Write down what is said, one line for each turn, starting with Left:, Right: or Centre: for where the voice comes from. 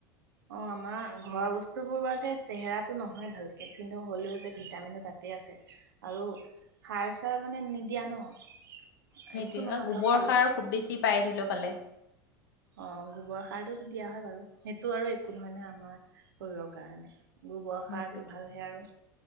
Right: অ', আমাৰ ঘৰৰ বস্তুবোৰ বাৰতে চেহেৰাটো ন'হয় ভালকে কিন্তু হ'লেও যে, ভিটামিনটো তাতে আছে আৰু সাৰ চাৰ মানে নিদিয়া ন।
Left: সেইটোয়ে
Right: একো নহয়
Left: গোবৰ
Right: ধৰ খালেও
Left: সাৰ খুব বেছি। পাই দিলো পালে।
Right: অ', গোবৰ সাৰটো দিয়া হয়, বাৰু সেইটো আৰু একো নহয়, নহয় আমাৰ শৰীৰৰ কাৰণে। গোবৰ
Left: সেইটোৱেটো
Right: সাৰতটো ভালহে আৰু